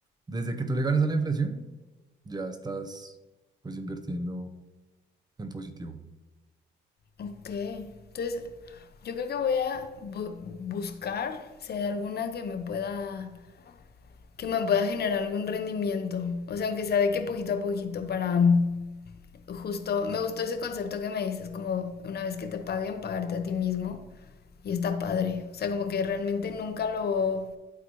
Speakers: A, on the right; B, on the left.
A: Desde que tú le ganes a la inflación, ya estás pues invirtiendo en positivo.
B: ok. Entonces, yo creo que voy a bu- buscar si hay alguna que me pueda que me pueda generar algún rendimiento. O sea, aunque sea de que poquito a poquito para um, justo, me gustó ese concepto que me dices, como una vez que te paguen, pagarte a ti mismo. Y está padre. O sea, como que realmente nunca lo,